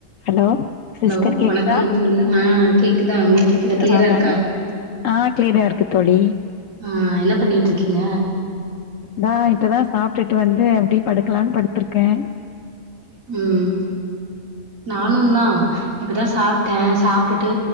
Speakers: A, on the left (about 75°); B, on the right (about 80°).
A: hello sister
B: Hello
A: கேக்குதா
B: வணக்கம் தோழி ஆஹ் கேக்குதா உங்களுக்கு கேக்குதா கிளியரா
A: ஆ
B: இருக்கா
A: ஆ கிளியரா இருக்கு தோழி
B: ஆ என்ன பண்ணிட்ருக்கீங்க
A: நா இப்பதா சாப்டுட்டு வந்து அப்டி படுக்கலான்னு படுத்துற்கே
B: ம் நானு தா இப்பதா சாப்டே சாப்டுட்டு